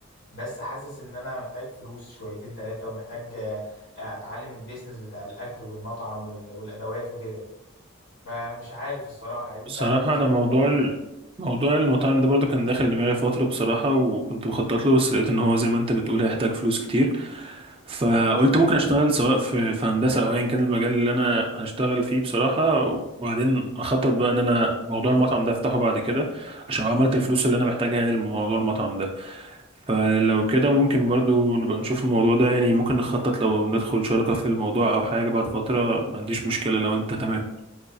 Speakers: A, on the left; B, on the right.
A: بس حاسس ان انا محتاج فلوس شويتين ثلاثه ومحتاج آه، آه، اتعلم البيزنس بتاع الاكل والمطعم وال- والادوات وكده فمش عارف الصراحه انت
B: بصراحة
A: انت شايف
B: انا موضوع
A: ان
B: ال... موضوع المطاعم ده برضو كان داخل دماغي فترة بصراحة وكنت بخطط له بس لقيت ان هو زي ما انت بتقول هيحتاج فلوس كتير فقلت ممكن اشتغل سواء في, في هندسة او ايا كان المجال اللي انا هشتغل فيه بصراحة وبعدين اخطط بقى ان انا موضوع المطعم ده افتحه بعد كده عشان عملت الفلوس اللي انا محتاجها يعني لموضوع المطعم ده فلو كده ممكن برضو نبقى نشوف الموضوع ده يعني ممكن نخطط لو ندخل شركة في الموضوع أو حاجة بعد فترة ما عنديش مشكلة لو أنت تمام